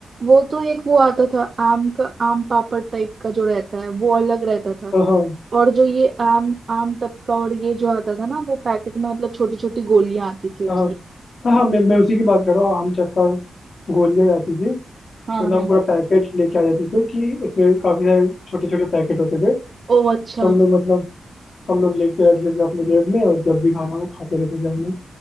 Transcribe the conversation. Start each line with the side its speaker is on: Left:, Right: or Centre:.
Right: वो तो एक वो आता था आम का आम पापड़ टाइप का जो रहता है वो अलग रहता था
Left: हाँ हाँ
Right: और जो ये आम आम टपका और ये जो आता था ना वो पैकेट में मतलब छोटी छोटी गोलियां आती थी उसकी
Left: हाँ हाँ हाँ, मैं मैं उसी की बात कर रहा हूँ आम चक्का गोलियाँ आती थी
Right: हाँ
Left: तो ना हम
Right: हाँ
Left: पूरा पैकेट लेके आ जाते थे कि उसमें काफी सारे छोटे छोटे पैकेट होते थे
Right: ओ अच्छा
Left: तो हम लोग मतलब हम लोग लेके रख लेते अपने जेब में और जब भी खाना हो खाते रहते थे हम लोग